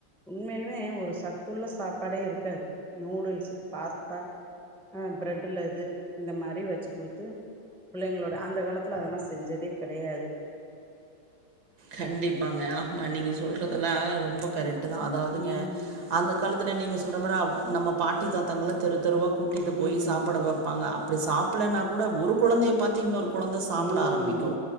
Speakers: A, in the centre; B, on the right (about 65°).
A: உண்மேலுமே ஒரு சத்துள்ள சாப்பாடே இருக்காது நூடுல்ஸு பாஸ்தா அ பிரெட்டுல இது இந்த மாரி வச்சு குடுத்து பிள்ளைங்ளோட அந்த காலத்துல அதெல்லாஸ் செஞ்சதே கடையாது
B: கண்டிப்பாங்க ஆமா நீங்க சொல்றதெல்லா ரொம்ப கரெக்ட் தா அதாவதுங்க
A: ம்
B: அந்த காலத் துல நீங்க சொல்ற மாரி நம்ம பாட்டி தாத்தாங்களா தெரு தெருவா கூட்டிட்டு
A: ம்
B: போய் சாப்ட வைப்பாங்க அப்ப சாப்புடலன்னா கூட ஒரு கொழந்தைய பாத்து இன்னொரு கொழந்த சாப்புட
A: ம்
B: ஆரம்பிக்கு